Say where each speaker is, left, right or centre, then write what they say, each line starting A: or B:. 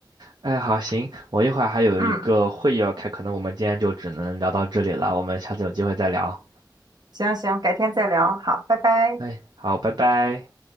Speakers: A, on the right; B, on the right.
A: 哎，好，行，我一会儿还有一个会议要开，
B: <laughs> 嗯，
A: 可能我们今天就只能聊到这里了，我们下次有机会再聊。
B: 行行，改天再聊，好，拜拜。
A: 哎，好，拜拜。